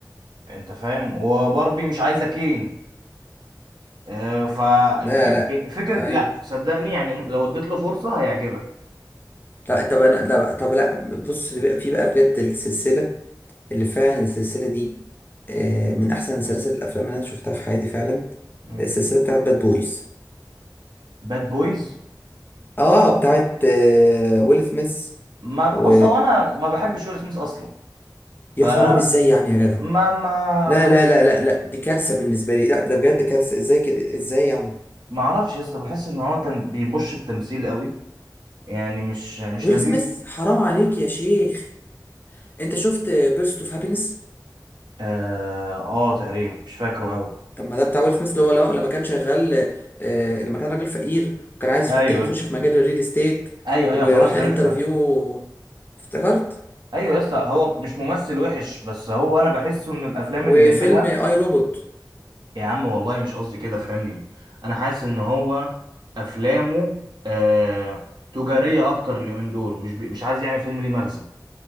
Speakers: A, on the right; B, on the left.
A: انت فاهم وباربي مش عايزه كين آه، فالفك
B: لا لا
A: فكره لا
B: ايوه
A: فصدقني يعني لو اديت له فرصه هيعجبك
B: لا طب انا لا طب لا بص في بقى في بقى بجد السلسله اللي فعلا السلسله دي آه، من احسن سلاسل الافلام اللي انا شفتها في حياتي فعلا
A: مم.
B: السلسله بتاعت باد بويز
A: باد بويز
B: اه بتاعت آه، ويل سميث
A: ما
B: و
A: بص هو انا ما بحبش ويل سميث اصلا فما
B: يا خراب ازاي يعني يا جدع
A: ما ما
B: لا لا لا لا لا دي كارثة بالنسبة لي لا ده بجد كارثة ازاي كده ازاي يعني
A: ما اعرفش يا اسطى بحس ان هو تم- بيبش التمثيل قوي يعني مش مش
B: ويل
A: لذيذ
B: سميث حرام عليك يا شيخ انت شفت بيرست اوف هابينس
A: اه, آه تقريبا مش فاكره قوي
B: طب ما ده بتاع ويل سميث اللي هو لو- لما كان شغال آه، لما كان راجل فقير وكان عايز
A: ايوه
B: يبتدي يخش في مجال الريل استيت
A: ايوه
B: وراح
A: ايوه خلاص
B: الانترفيو
A: عرفت عرفت
B: افتكرت
A: ايوه يا اسطى هو مش ممثل وحش بس هو انا بحسه ان الافلام
B: وفيلم
A: اللي بيعملها
B: اي روبوت
A: يا عم والله مش قصدي كده فهمني انا حاسس ان هو افلامه آه تجاريه اكتر اليومين دول مش بي... مش عايز يعمل فيلم ليه مغزى